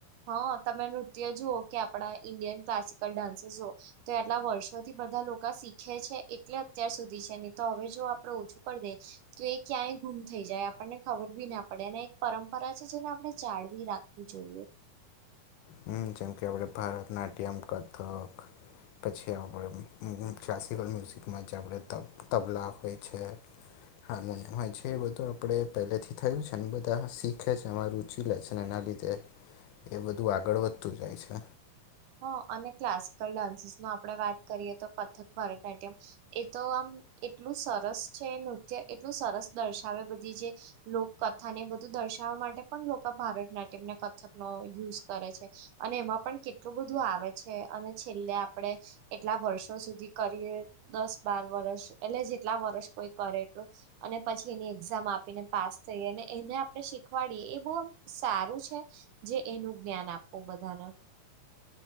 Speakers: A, on the right; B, on the left.
A: હ, તમે નૃત્ય જુઓ કે આપડા ઇન્ડિયન ક્લાસિકલ ડાન્સીસઓ. તે એટલા વર્ષોથી બધા લોકા શીખે છે, એટલે અત્યાર સુધી છે. ની તો હવે જો આપડે ઓછું કરી દેશ. તો એ ક્યાંય ગુમ થઈ જાય. આપણને ખબર બી ના પડે અને એક પરંપરા છે જેને આપડે જાડવી રાખ જોઈએ.
B: હમ જેમકે આપણે ભારતનાટ્યમ, કથક પછી આપણે ક્લાસિકલ મ્યુઝિકમાં <unintelligible> તબ તબલા હોય છે. હાને એમાય છે એ બધું આપડે પહેલેથી થયું છે અને બધા શીખે છે. અમારું <unintelligible> લે છે ને એના લીધે એ બધું આગળ વધતું જાય છે.
A: હ અને ક્લાસિકલ ડાન્સીસમાં આપણે વાત કરીએ તો કથક ભરતનાટ્યમ... એ તો આમ એટલું સરસ છે. નૃત્ય એટલું સરસ દર્શાવે બધી જે લોક કથાને બધું દર્શાવવા માટે પણ લોકો ભારત નાટ્યમને કથકનો યુઝ કરે છે. અને એમાં પણ કેટલું બધું આવે છે અને છેલ્લે આપડે... એટલા વર્ષો સુધી કરીએ દસ બાર વર્ષ એટલે જેટલા વર્ષ પછી કોઈ કરેલું. અને પછી એની એક્ઝામ આપીને પાસ થઈ અને એને આપણે શીખવાડીએ એ બહુ સારું છે. જે એનું જ્ઞાન આપવું બધાને